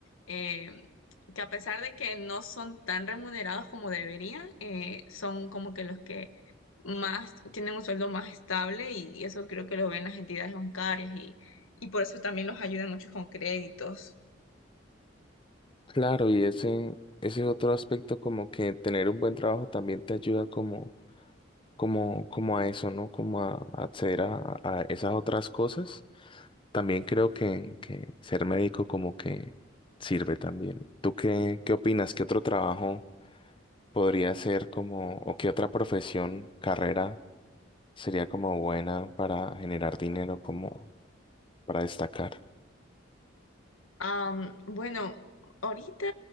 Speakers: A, on the left; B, on the left.
A: eh, que a pesar de que no son tan remunerados como deberían, eh, son como que los que más, tienen un sueldo más estable y, eso creo que lo ven las entidades bancarias y, y por eso también los ayudan mucho con créditos.
B: Claro, y ese, ese es otro aspecto como que tener un buen trabajo también te ayuda como, como, como a eso, ¿no? Como a acceder a, a esas otras cosas También creo que, que ser médico como que sirve también. ¿Tú qué, qué opinas? ¿Qué otro trabajo podría ser como, o qué otra profesión, carrera sería como buena para generar dinero, como para destacar?
A: Am, bueno, ahorita